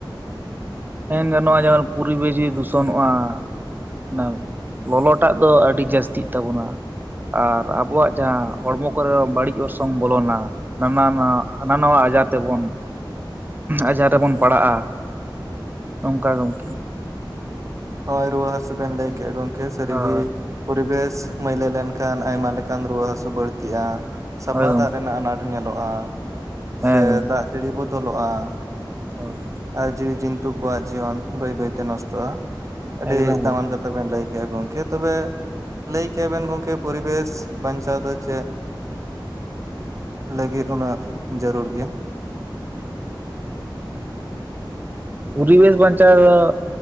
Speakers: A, on the right; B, on the right.
A: ᱢᱮᱱ ᱜᱟᱱᱚᱜᱼᱟ ᱡᱮᱢᱚᱱ ᱯᱚᱨᱤᱵᱮᱥ ᱡᱩᱫᱤ ᱫᱩᱥᱚᱱᱚᱜᱼᱟ, <inaudible> ᱞᱚᱞᱚᱴᱟᱜ ᱫᱚ ᱟᱹᱰᱤ ᱡᱟᱹᱥᱛᱤᱜ ᱛᱟᱵᱚᱱᱟ ᱟᱨ ᱟᱵᱚᱣᱟᱜ ᱡᱟᱦᱟᱸ ᱦᱚᱲᱢᱚ ᱠᱚᱨᱮ ᱨᱚ ᱵᱟᱹᱲᱤᱡ ᱚᱨᱥᱚᱝ ᱵᱚᱞᱚᱱᱟ ᱾ ᱱᱟᱱᱟ ᱱᱟᱜ ᱦᱟᱱᱟ ᱱᱟᱣᱟ ᱟᱡᱟᱨ ᱛᱮᱵᱚᱱ ᱟᱡᱟᱨ ᱨᱮᱵᱚᱱ ᱯᱟᱲᱟᱜᱼᱟ ᱾ ᱱᱚᱝᱠᱟ ᱜᱚᱝ
B: ᱦᱩᱸ, ᱦᱚᱭ ᱨᱩᱣᱟ ᱦᱟᱥᱩ ᱵᱮᱱ ᱞᱟᱹᱭ ᱠᱮᱜᱼᱟ ᱜᱚᱝᱠᱮ ᱥᱟᱹᱨᱤᱜᱤ
A: ᱦᱳᱭ
B: ᱯᱚᱨᱤᱵᱮᱥ ᱢᱟᱹᱭᱞᱟᱹ ᱞᱮᱱᱠᱷᱟᱱ ᱟᱭᱢᱟ ᱞᱮᱠᱟᱱ ᱨᱩᱣᱟᱹ ᱦᱟᱹᱥᱩ ᱵᱟᱹᱲᱛᱤᱜᱼᱟ, ᱥᱟᱯᱷᱟ
A: ᱦᱳᱭ ᱜᱚᱢᱠᱮ
B: ᱫᱟᱜ ᱨᱮᱱᱟᱜ ᱟᱱᱟᱴ ᱧᱮᱞᱚᱜᱼᱟ
A: ᱦᱮᱸ
B: ᱥᱮ
A: ᱜᱚᱢᱠᱮ
B: ᱫᱟᱜ ᱡᱟᱹᱲᱤ ᱵᱚᱫᱚᱞᱚᱜᱼᱟ ᱾
A: ᱦᱳᱭ ᱦᱳᱭ ᱾
B: ᱟᱨ ᱡᱤᱣᱤ ᱡᱤᱱᱛᱩ ᱠᱚᱣᱟᱜ ᱡᱤᱭᱚᱱ ᱵᱟᱹᱭ ᱵᱟᱹᱭ ᱛᱮ ᱱᱚᱥᱴᱚᱜᱼᱟ, ᱟᱹᱰᱤ
A: ᱮᱠᱫᱚᱢ
B: ᱫᱟᱢᱟᱱ
A: ᱜᱚᱝᱠᱮ
B: ᱠᱟᱛᱷᱟ ᱵᱮᱱ ᱞᱟᱹᱭ ᱠᱮᱭᱟ ᱜᱚᱝᱠᱮ ᱛᱚᱵᱮ ᱞᱟᱹᱭ ᱠᱮᱭᱟᱵᱮᱱ ᱜᱚᱝᱠᱮ ᱯᱚᱨᱤᱵᱮᱥ ᱵᱟᱧᱪᱟᱣ ᱫᱚ ᱪᱮᱫ ᱞᱟᱹᱜᱤᱫ ᱩᱱᱟᱹᱜ ᱡᱟᱹᱨᱩᱲ ᱜᱮᱭᱟ?
A: ᱯᱚᱨᱤᱵᱮᱥ ᱵᱟᱧᱪᱟᱣ ᱫᱚ